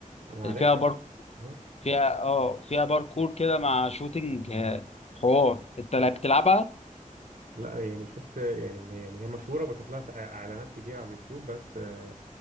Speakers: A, on the right (about 65°); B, on the left (about 50°).
A: انا
B: اللي
A: عارفها
B: فيها بار
A: اه
B: فيها اه فيها باركور كده مع شوتينج آه، حوار انت لا بتلعبها
A: لا يعني شفت يعني يعني هي مشهوره وبشوف لها س- اعلانات كتير على اليوتيوب بس آه،